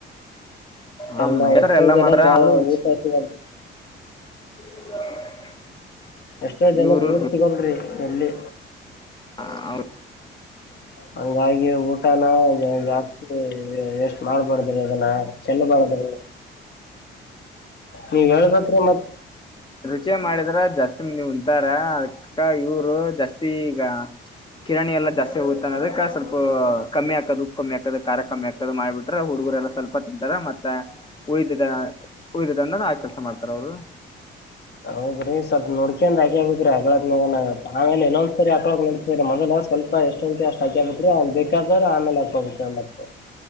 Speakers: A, on the left; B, on the left.
A: ನಮ್ಮ
B: ಎಲ್ಲಾ
A: ಹೆಸರು
B: ಎಷ್ಟೋ
A: ಎಲ್ಲ
B: ಜನಕ್
A: ಮಾಡ್ರ
B: ಬಾಳ್
A: ಆದ್ರೂ ರುಚಿ
B: ಊಟಾ ಸೀಗಲ್ದ
A: <inaudible>
B: ಎಷ್ಟೋ ಜನಕ
A: ಇವರು
B: ಊಟ್ ಸಿಗೋಲ್ ರಿ ಎಲ್ಲಿ
A: ಹ ಹೌ
B: ಹಂಗಾಗಿ ಊಟನ ಜಾಸ್ತಿ ವೆ ವೇಸ್ಟ್ ಮಾಡ್ಬಾರ್ದ್ರಿ ಅದನ್ನ ಚೆಲ್ಲಬಾರ್ದ್ರಿ ನೀವ್ ಹೇಳ್ಬೇಕ್ರಿ ಮತ್ತ
A: ಚಿಯೇ ಮಾಡಿದ್ರ ಜಾಸ್ತಿ ಮಂದಿ ಉಂತಾರಾ ಅದಕ್ಕ ಇವ್ರು ಜಾಸ್ತಿ ಈಗ ಕಿರಾಣಿ ಎಲ್ಲ ಜಾಸ್ತಿ ಹೋಗುತ್ತಾ ಅದಕ್ ಸ್ವಲ್ಪ ಹೊ ಕಮ್ಮಿ ಹಾಕದು ಉಪ್ಪ ಕಮ್ಮಿ ಹಾಕದ ಖಾರ ಕಮ್ಮಿ ಆಕದ ಮಾಡ್ಬಿಟ್ರ ಹುಡುಗುರ ಎಲ್ಲಾ ಸ್ವಲ್ಪ ತಿಂತಾರ ಮತ್ತ ಉಳಿತದ ಉಳಿತದ ಅನ್ನದ ಆ ಕೆಲ್ಸ ಮಾಡ್ತಾರ ಅವ್ರು
B: ಹೌದ್ರಿ ಸ್ವಲ್ಪ ನೋಡ್ಕಂದ್ ಆಕ ಹಾಕಳಾಕ್ ಆಗನ ಆಮೇಲ ಇನೊಂದ್ ಸರಿ ಹಾಕಳಕ್ ನಡೀತಾದ್ರಿ ಮೊದಲ ಸ್ವಲ್ಪ ಎಸ್ಟ ಉಂತ್ಯೋ ಅಷ್ಟ ಹಾಕ್ಯಬೇಕ್ರಿ ಬೇಕಾದೋರ್ ಆಮೇಲ ಹಾಕೋಬೆಕ್ ಅಂದ್ಪಲೆ